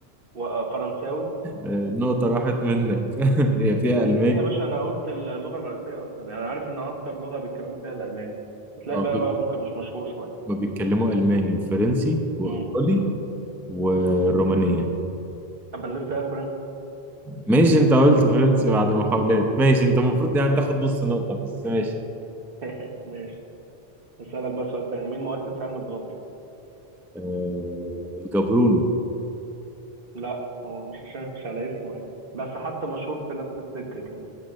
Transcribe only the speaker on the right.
وفرنساوي
ليه يا باشا أنا قلت اللغة الرئيسية أصلا يعني عارف إن أكتر لغة بيتكلموا فيها الألماني هتلاقي
بقى,
بقى ممكن مش مشهور شوية
مم.
طب أنا لسه قايل فرنسي
<laughs> ماشي أسألك بقى سؤال تاني مين مؤسس علم الجبر؟
لا هو مش عشان مش على اسمه يعني بس حتى مشهور في نفس السكة كده